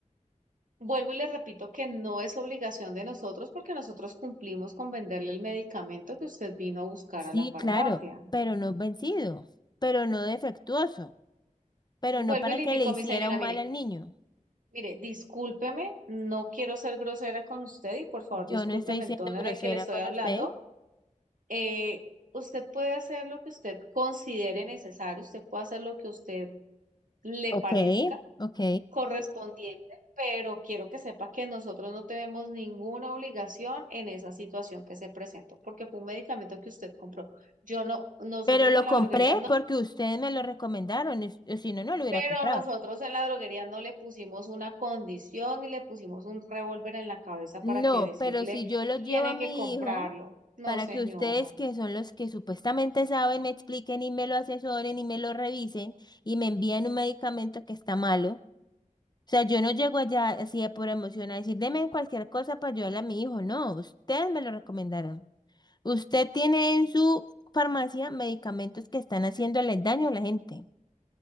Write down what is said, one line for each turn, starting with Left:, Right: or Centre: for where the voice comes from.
Right: Vuelvo y le repito que no es obligación de nosotros porque nosotros cumplimos con venderle el medicamento que usted vino a buscar
Left: Sí,
Right: a la farmacia.
Left: claro, pero no vencido, pero no defectuoso, pero
Right: Vuelvo
Left: no para
Right: y le
Left: que
Right: indico
Left: le hiciera
Right: a mi señora,
Left: un
Right: mire,
Left: mal al niño.
Right: Mire, discúlpeme, no quiero ser grosera con usted y por favor
Left: Yo
Right: discúlpeme
Left: no estoy siendo
Right: el tono
Left: grosera
Right: en el que le estoy
Left: con
Right: hablando.
Left: usted.
Right: Eh, usted puede hacer lo que usted considere necesario, usted puede hacer lo que usted le
Left: Ok,
Right: parezca
Left: ok.
Right: correspondiente, pero quiero que sepa que nosotros no tenemos ninguna obligación en esa situación que se presentó, porque fue un medicamento que usted compró. Yo no, nosotros
Left: Pero lo
Right: en la
Left: compré
Right: droguería no
Left: porque ustedes me lo recomendaron, es- o si no, no lo hubiera
Right: Pero
Left: comprado.
Right: nosotros en la droguería no le pusimos una condición y le pusimos un revólver en la cabeza
Left: No,
Right: para que decirle,
Left: pero si yo lo
Right: tiene
Left: llevo a mi
Right: que comprarlo.
Left: hijo
Right: No,
Left: para
Right: señora.
Left: que ustedes, que son los que supuestamente saben, me expliquen y me lo asesoren y me lo revisen y me envían un medicamento que está malo. O sea, yo no llego allá así de pura emoción a decir, deme cualquier cosa para ayudarle a mi hijo. No, ustedes me lo recomendaron. Usted tiene en su farmacia medicamentos que están haciéndole daño a la gente.